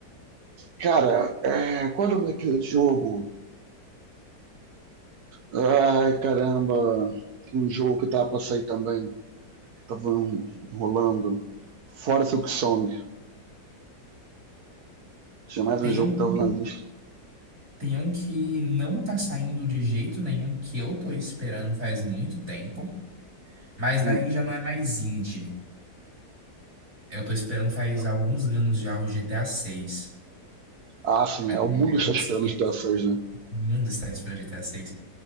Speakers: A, on the right; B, on the right.
A: cara, é, qual é o nome daquele jogo? Ai, caramba, tem um jogo que tava pra sair também, que tava um, rolando. Fora Silk Song. Tinha mais
B: Tem
A: um jogo
B: um,
A: que tava na lista.
B: tem um que não tá saindo de jeito nenhum, que eu tô esperando faz muito tempo, mas daí
A: Hum.
B: já não é mais indie. Eu tô esperando faz
A: então.
B: alguns anos já o GTA VI.
A: Ah, sim,
B: Mas
A: é, o
B: daí
A: mundo
B: já é
A: está
B: outros
A: esperando
B: 500.
A: de dessas, né?
B: O mundo está esperando GTA VI.